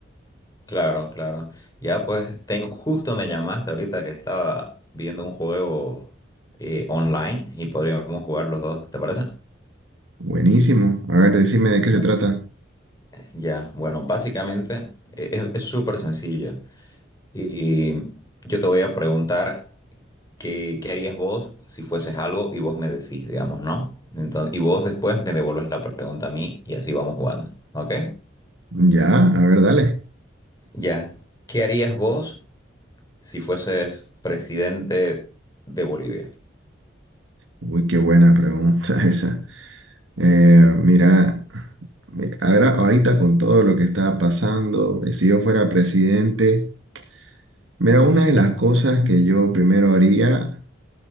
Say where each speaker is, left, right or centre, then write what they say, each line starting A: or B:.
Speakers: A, on the left (about 20°); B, on the right (about 85°).
A: Claro, claro. Ya pues, tengo, justo me llamaste ahorita que estaba viendo un juego eh, online y podríamos jugar los dos, ¿te parece?
B: Buenísimo. A ver, decime de qué
A: Bu-
B: se trata.
A: ya, bueno, básicamente eh, es es súper sencillo. Y yo te voy a preguntar qué, qué harías vos si fueses algo y vos me decís, digamos, ¿no? Entonces, y vos después me devolves la pregunta a mí y así vamos jugando, ¿ok?
B: Ya, a ver, dale.
A: Ya, ¿qué harías vos si fueses presidente de Bolivia.
B: Uy, qué buena pregunta <laughs> esa. Eh, mira, mira, ahora, ahorita con todo lo que está pasando, eh, si yo fuera presidente, mira, una de las cosas que yo primero haría